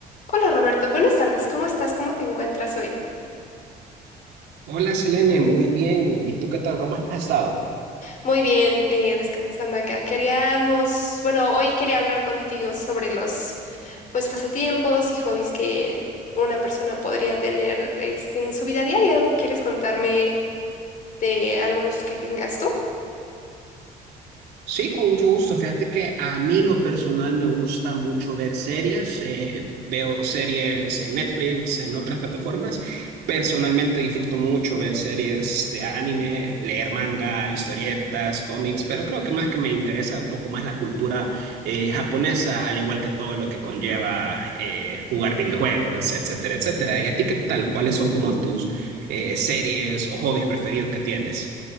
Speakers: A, on the left; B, on the right.
A: Hola Roberto, buenas tardes. ¿Cómo estás? ¿Cómo te encuentras hoy?
B: Hola Selene, muy bien. ¿Y tú qué tal? ¿Cómo has estado?
A: Muy bien, eh, descansando acá. Queríamos, bueno, hoy quería hablar contigo sobre los, pues, pasatiempos y hobbies que una persona podría tener, este, en su vida diaria. ¿Quieres contarme de algunos que tengas tú?
B: Sí, con mucho gusto. Fíjate que a mí en lo personal me gusta mucho ver series. eh, veo series en Netflix, en otras plataformas. Personalmente disfruto mucho ver series de anime, leer manga, historietas, cómics, pero creo que más que me interesa un poco más la cultura eh, japonesa, al igual que todo lo que conlleva eh, jugar videojuegos, etcétera, etcétera. ¿Y a ti qué tal? ¿Cuáles son como tus eh, series o hobbies preferidos que tienes?